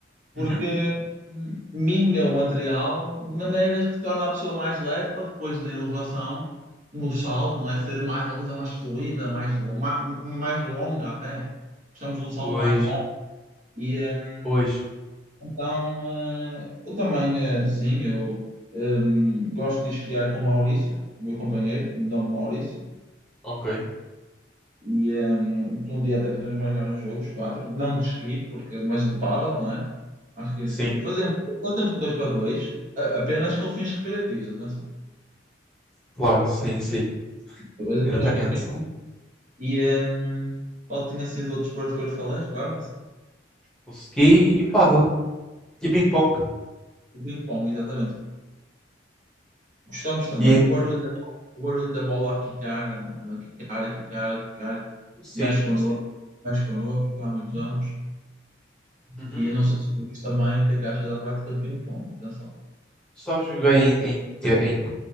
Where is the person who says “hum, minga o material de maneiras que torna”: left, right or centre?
Right